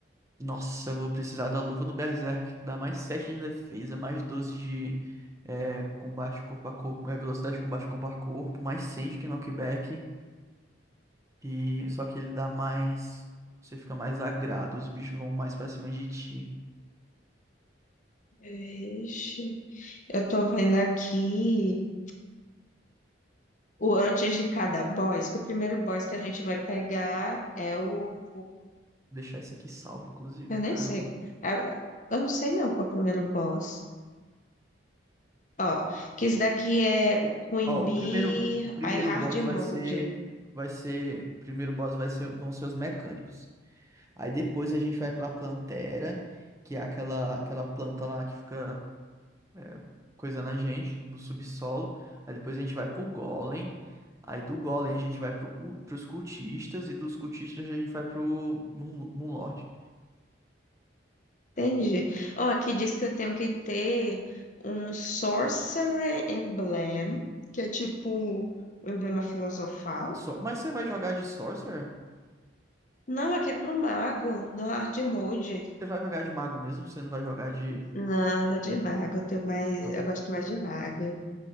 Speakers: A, on the right; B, on the left.
A: Nossa, eu vou precisar da luva do Berserk, que dá mais 7 de defesa, mais 12 de é, combate corpo a corpo, é, velocidade de combate corpo a corpo, mais 100 de knockback. E só que ele dá mais. Você fica mais agrado, os bichos vão mais pra cima de ti.
B: Ixi. Eu tô vendo aqui o antes de cada boss, que o primeiro boss que a gente vai pegar é o.
A: Vou deixar isso aqui salvo, inclusive,
B: Eu
A: pra
B: nem sei.
A: eu.
B: É, Eu não sei não qual é o primeiro boss. Ó, que esse daqui é o Queen
A: Ó,
B: Bee,
A: o primeiro, o primeiro
B: aí Hard
A: boss
B: Mode.
A: vai ser. Vai ser. O primeiro boss vai ser, vão ser os mecânicos. Aí depois a gente vai pra Plantera, que é aquela, aquela planta lá que fica é, coisando a gente no subsolo. Aí depois a gente vai pro Golem. Aí do Golem a gente vai pro, cu- pros cultistas. E dos cultistas a gente vai pro Moon- Moonlord.
B: Entendi. Ó, aqui diz que eu tenho que ter um Sorcerer Emblem, que é tipo o emblema filosofal.
A: Só... Mas você vai jogar de Sorcerer?
B: Não, aqui é pro mago, no Hard Mode.
A: Você vai jogar de mago mesmo? Você não vai jogar de.
B: Não, eu de mago, eu tenho mais,
A: Tá bom,
B: eu gosto mais de mago.